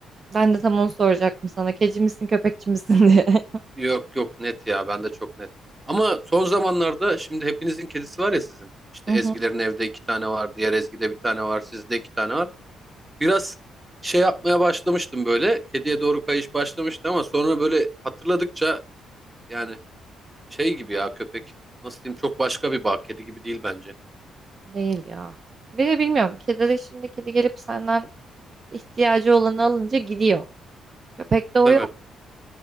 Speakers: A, on the right; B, on the right.
A: Ben de tam onu soracaktım sana kedici misin köpekçi misin diye. <laughs>
B: Yok yok net ya. Ben de çok net. Ama son zamanlarda şimdi hepinizin kedisi var ya sizin. İşte
A: Hı
B: Ezgilerin
A: hı.
B: evde iki tane var. Diğer Ezgi'de bir tane var. Sizde iki tane var. biraz şey yapmaya başlamıştım böyle. Kediye doğru kayış başlamıştı ama sonra böyle hatırladıkça yani şey gibi ya köpek. Nasıl diyeyim çok başka bir bağ. Kedi gibi değil bence.
A: Değil ya. Bir de bilmiyorum. Kedileri şimdi kedi gelip senden ihtiyacı olanı alınca gidiyor. Köpekte o
B: Tabii
A: yok.